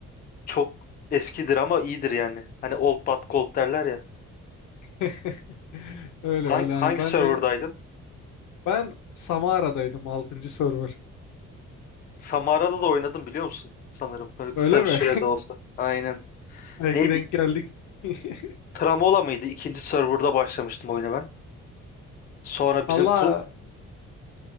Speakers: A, on the left; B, on the left.
A: çok eskidir ama iyidir yani. Hani old but gold derler ya.
B: <laughs> Öyle
A: Hangi,
B: öyle
A: hangi
B: yani ben
A: serverdaydın?
B: de Ben Samara'daydım altıncı server.
A: Samara'da da oynadım biliyor musun? Sanırım böyle kısa
B: Öyle
A: bir
B: mi?
A: sürede olsa. Aynen.
B: <laughs> Belki
A: Neydi?
B: denk geldik. <laughs>
A: Tramola mıydı? İkinci serverda başlamıştım oyuna ben. Sonra
B: Allah
A: bizim ku